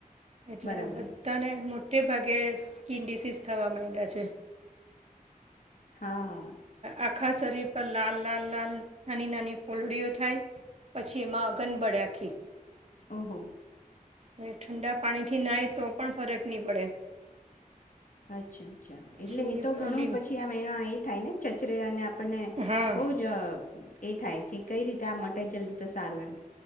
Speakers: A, on the right; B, on the left.
A: એટલે
B: બરાબર
A: બધાને મોટ મોટે ભાગે સ્કીિન ડિસીઝ થવા માંડ્યા છે.
B: હા. હા
A: આખા શરીર પર લાલ લાલ લાલ નાની નાની ફોલડીઓ થાય, પછી એમાં અગન બળે આખી
B: ઓહો.
A: હ ઠંડા પાણી થી નાય તો પણ ફરક નહી પડે.
B: અચ્છા, અચ્છા,
A: પછી
B: એટલે એ તો ઘણું
A: લીમ
B: પછી આમ એના એ થાય ને અને આપ આપણે
A: હા
B: બહુ જ એ થાય કે કઈ રીતે આ મટે જલ્દી તો સારું એમ.